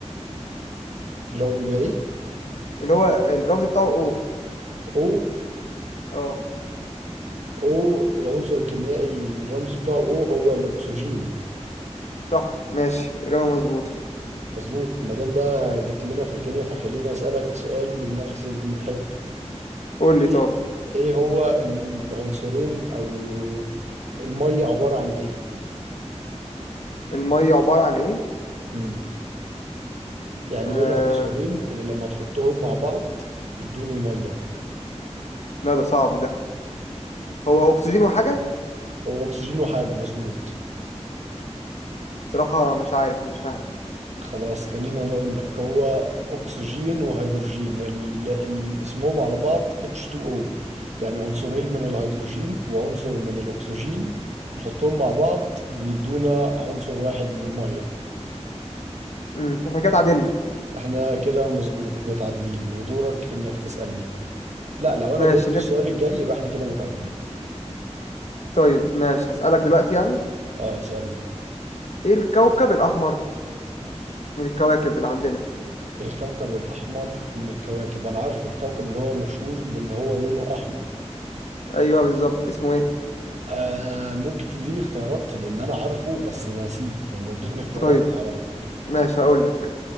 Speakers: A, on the right (about 75°); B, on the left (about 70°).
A: اللي هو بيبقى ايه
B: اللي هو الرمز بتاعه او
A: او
B: اه
A: او العنصر الكيميائي الرمز بتاعه او هو الاكسجين
B: صح ماشي إجابة مظبوطة
A: مظبوط ما دام بقى جيت لنا في الكيمياء فخلينا اسالك سؤال من نفس الحته
B: قول لي
A: ايه
B: طب
A: ايه هو العنصرين او الميه عباره عن ايه
B: المية عبارة عن ايه
A: امم يعني
B: آه...
A: ايه العنصرين اللي لما تحطهم مع بعض يدوني ميه
B: لا ده صعب ده هو اكسجين وحاجة
A: هو اكسجين وحاجه مظبوط
B: صراحة مش عارف مش ههبد
A: خلاص خليني انا اقول لك هو اكسجين وهيدروجين ال... ال... اسمهم على بعض H2O يعني عنصرين من الهيدروجين وعنصر من الاكسجين نحطهم مع بعض بيدونا عنصر واحد من المية
B: امم احنا كده اتعادلنا
A: احنا كده مظبوط متعادلين ودورك انك تسألني لا لو انا
B: ماشي
A: جاوبت
B: نب...
A: السؤال الجاي يبقى احنا كده متعادلين
B: طيب ماشي هسألك دلوقتي يعني
A: اه اسألني
B: ايه الكوكب الأحمر من الكواكب اللي عندنا
A: الكوكب الاحمر من الكواكب انا عارفه الكوكب اللي هو مشهور بان هو لونه احمر
B: ايوه بالظبط اسمه ايه
A: آه ممكن تديني اختيارات لان انا عارفه بس ناسيه يعني لو اديتني اختيارات
B: طيب
A: هعرفه على طول
B: ماشي هقول لك